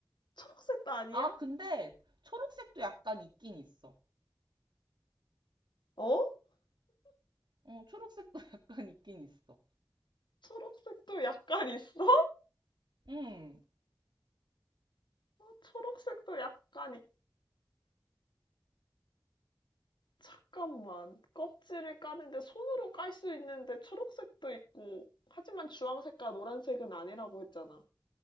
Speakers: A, on the left; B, on the right.
A: 초록색도 아니야?
B: 아, 근데, 초록색도 약간 있긴 있어.
A: 어?
B: 어, 초록색도 <laughs> 약간 있긴 있어.
A: 초록색도 약간 있어?
B: 음.
A: 어, 초록색도 약간 있... 잠깐만. 껍질을 까는데 손으로 깔 수 있는데 초록색도 있고. 하지만 주황색과 노란색은 아니라고 했잖아.